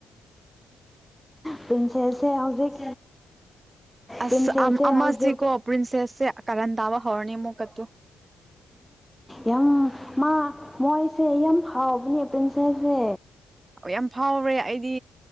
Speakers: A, in the centre; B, on the right.
A: ꯄ꯭ꯔꯤꯟꯁꯦꯁꯁꯦ ꯍꯧꯖꯤꯛ
B: ꯑꯁ
A: ꯄ꯭ꯔꯤꯟꯁꯦꯁꯁꯦ
B: ꯑꯃꯁꯤꯀꯣ
A: ꯍꯧꯖꯤꯛ
B: ꯄ꯭ꯔꯤꯟꯁꯦꯁꯁꯦ ꯀꯔꯟ ꯇꯥꯕ ꯍꯧꯔꯅꯤ ꯑꯃꯨꯛꯀꯠꯇꯨ
A: ꯌꯥꯝ ꯃꯥ ꯃꯣꯏꯁꯦ ꯌꯥꯝ ꯍꯥꯎꯕꯅꯦ ꯄ꯭ꯔꯤꯟꯁꯦꯜꯁꯦ
B: ꯑꯣ ꯌꯥꯝ ꯐꯥꯎꯔꯦ ꯑꯩꯗꯤ